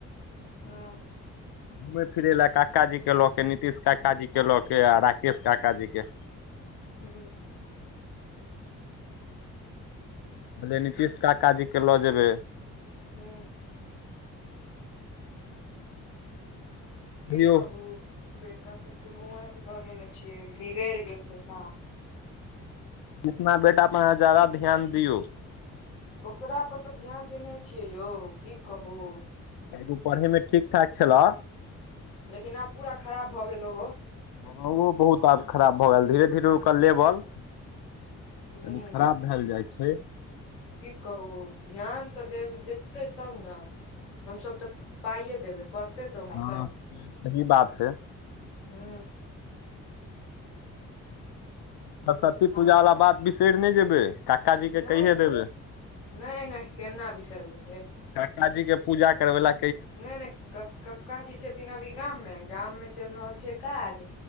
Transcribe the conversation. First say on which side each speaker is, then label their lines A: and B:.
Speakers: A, on the left (about 85°); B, on the left (about 65°).
A: हँ
B: घूमै फिरै लए काका जी के लऽ के नितीश काका जी के लऽ के आ राकेश काका जी के
A: ह
B: बोले नीतिश काका जीके लऽ जेबै
A: हँ की
B: कहियौ
A: कहू बेटा सबके मोबाइल द देने छियै बिगड़ि गेल छै साफ
B: किसना बेटा प अहाँ जादा ध्यान दियौ
A: ओकरा पर तऽ ध्यान देने छियै यौ की कहू
B: एगो पढ़े मे ठीक ठाक छलऽ
A: लेकिन आब पूरा खराब भऽ गेल हो
B: हँ ओहो बहुत आब खराब भऽ गेल धीरे धीरे ओकर लेबल
A: ह
B: तनी खराब भेल जाइ छै
A: की कहू ध्यान तऽ देब देतै तब ने हमस तऽ पाइए देबै देतै त ओहे
B: हँ
A: सब
B: से सही बात है
A: हू
B: सरस्वती
A: अहाँ
B: पूजाा वाला बात बिसरि नहि जेबै काकाजी के
A: नहि
B: कहिये देबै
A: नहि नहि केना बिसरबे हे
B: कक्काजी के पूजा करबे ला
A: नहि नहि क कक्का जी छथिन अभी गाम मे गाम मे चलि रहल छै काज